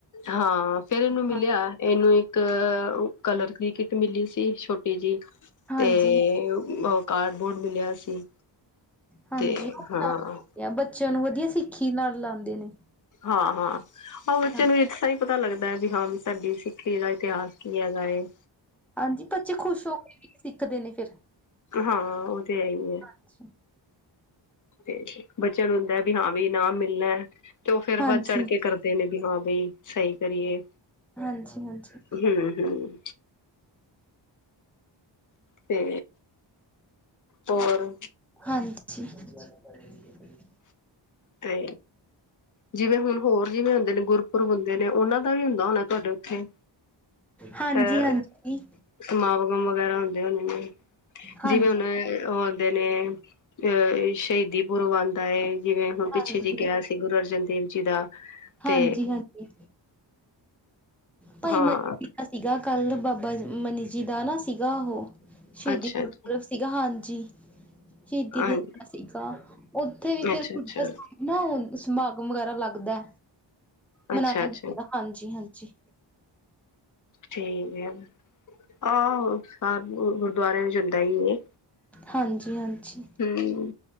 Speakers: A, on the left; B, in the centre.
A: ਹਾਂ ਫਿਰ ਇਹਨੂੰ ਮਿਲਿਆ
B: ਹਾਂ
A: ਇਹਨੂੰ ਇੱਕ ਕਲਰ ਦੀ ਕਿੱਟ ਮਿਲੀ ਸੀ ਛੋਟੀ ਜਿਹੀ
B: ਹਾਂਜੀ,
A: ਤੇ ਓ ਕਾਰਡਬੋਰਡ ਮਿਲਿਆ ਸੀ।
B: ਹਾਂਜੀ
A: ਤੇ
B: ਉਹ
A: ਹਾਂ
B: ਬੱਚਿਆਂ ਨੂੰ ਵਧੀਆ ਸਿੱਖੀ ਨਾਲ ਲਾਂਦੇ ਨੇ।
A: ਹਾਂ-ਹਾਂ ਉਹ ਬੱਚਿਆਂ
B: ਹਾਂਜੀ,
A: ਨੂੰ ਏਕ ਸਾਈ ਪਤਾ ਲੱਗਦਾ ਹੈ ਵੀ ਹਾਂ ਵੀ ਸਾਡੀੇ ਸਿੱਖੀ ਦਾ ਇਤਿਹਾਸ ਕੀ ਹੈਗਾ ਹੈ।
B: ਹਾਂਜੀ ਬੱਚੇ ਖੁਸ਼ ਹੋ ਕੇ ਸਿੱਖਦੇ ਨੇ ਫਿਰ
A: ਹਾਂ ਓ ਤੇ ਹੈ ਹੀ ਐ।
B: ਹਾਂਜੀ,
A: ਤੇ ਬੱਚਿਆਂ ਨੂੰ ਹੁੰਦਾ ਵੀ ਹਾਂ ਵੀ ਇਨਾਮ ਮਿਲਣੇ। ਤੇ ਓ ਫੇਰ
B: ਹਾਂਜੀ,
A: ਵਧ ਚੜ੍ਹ ਕੇ ਕਰਦੇ ਨੇ ਵੀ ਹਾਂ ਬਈ ਸਈ ਕਰੀਏ।
B: ਹਾਂਜੀ, ਹਾਂਜੀ,
A: ਹੂੰ-ਹੂੰ ਤੇ ਹੋਰ
B: ਹਾਂਜੀ <inaudible>
A: ਤੇ ਜਿਵੇਂ ਹੁਣ ਹੋਰ ਜਿਵੇਂ ਹੁੰਦੇ ਨੇ ਗੁਰਪੁਰਬ ਹੁੰਦੇ ਨੇ ਓਨਾਂ ਦਾ ਵੀ ਹੁੰਦਾ ਹੋਣਾ ਤੁਹਾਡੇ ਉੱਥੇ
B: ਹਾਂਜੀ-ਹਾਂਜੀ
A: ਅਹ ਸਮਾਗਮ ਵਗੈਰਾ ਹੁੰਦੇ ਹੋਣੇ ਨੇ
B: ਹਾਂਜੀ
A: ਜਿਵੇਂ ਹੁਨ ਓ ਵੇਲੇ ਅਹ ਸ਼ਹੀਦੀ ਪੁਰਬ ਆਂਦਾ ਏ ਜਿਵੇਂ ਹੁਣ ਪਿੱਛੇ
B: ਹਾਂਜੀ
A: ਜੀ ਗਿਆ ਸੀ ਗੁਰੂ ਅਰਜ ਜਨ ਦੇਵ ਜੀ ਦਾ। ਤੇ
B: ਹਾਂਜੀ-ਹਾਂਜੀ ਭਾਈ
A: ਹਾਂ
B: ਮਤੀ ਸੀਗਾ ਕੱਲ ਬਾਬਾ ਮਨੀ ਜੀ ਦਾ ਨਾ ਸੀਗਾ ਉਹ ਸ਼ਹੀਦੀ
A: ਅੱਛਾ
B: ਪੁਰਬ
A: ਅੱਛਾ
B: ਸੀਗਾ ਹਾਂਜੀ ਸ਼ੀਦੀ
A: ਹਾਂਜੀ
B: ਦਿਹਾੜਾ ਸੀਗਾ ਓਥੇ ਵੀ ਫਿਰ
A: ਅੱਛਾ ਅੱਛਾ
B: ਬਸ ਨਾ ਹੁਣ ਸਮਾਗਮ ਵਗੈਰਾ ਲੱਗਦਾ ਮਨਾਇਆ
A: ਅੱਛਾ ਅੱਛਾ
B: ਜਾਂਦਾ ਹਾਂਜੀ-ਹਾਂਜੀ।
A: ਠੀਕ ਏ ਆਹ ਸ ਗੁਰਦੁਆਰਿਆਂ ਵਿੱਚ ਹੁੰਦਾ ਈ ਏ।
B: ਹਾਂਜੀ-ਹਾਂਜੀ
A: ਹੂੰ